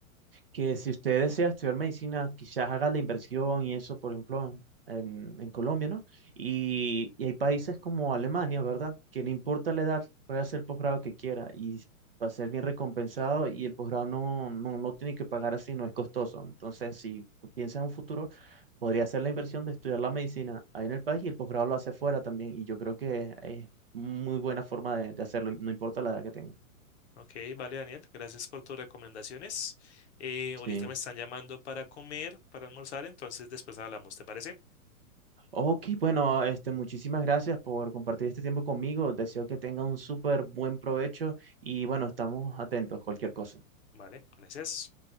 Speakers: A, on the right; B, on the left.
A: que si usted desea estudiar medicina, quizás haga la inversión y eso, por ejemplo, en, en Colombia, ¿no? Y, y hay países como Alemania, ¿verdad? Que no importa la edad, puede hacer el posgrado que quiera y va a ser bien recompensado y el posgrado no, no, no tiene que pagar así, no es costoso. Entonces, si piensa en un futuro, podría hacer la inversión de estudiar la medicina ahí en el país y el posgrado lo hace afuera también. Y yo creo que es muy buena forma de, de hacerlo, no importa la edad que tenga.
B: Ok, vale, Daniel, gracias por tus recomendaciones. Eh, ahorita
A: Sí.
B: me están llamando para comer, para almorzar, entonces después hablamos, ¿te parece?
A: Ok, bueno, este, muchísimas gracias por compartir este tiempo conmigo. Deseo que tenga un súper buen provecho y bueno, estamos atentos, a cualquier cosa.
B: Vale, gracias.